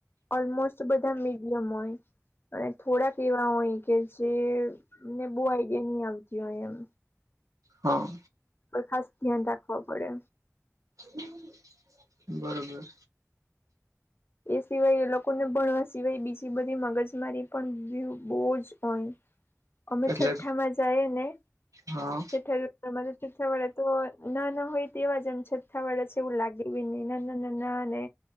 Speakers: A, on the left (about 45°); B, on the right (about 85°).
A: ઓલમોસ્ટ બધા મીડિયમ હોય. અને થોડાક એવા હોય કે જેને બહુ આઈડિયા નહી આવતી હોય એમ.
B: હા.
A: ખાસ ધ્યાન રાખવા પડે.
B: હમ. બરોબર.
A: એ સિવાય એ લોકોને ભણવા સિવાય બીજી બધી મગજ મારી પણ વ્ય બહુ જ હોય. અમે
B: એટલે
A: છઠ્ઠામાં જાય ને.
B: હા
A: ઠઠ છઠ્ઠા વાળા તો ના ના હોય તેવા જ એમ છઠ્ઠા વાળા છે એવું લાગે ને. નાના નાના અને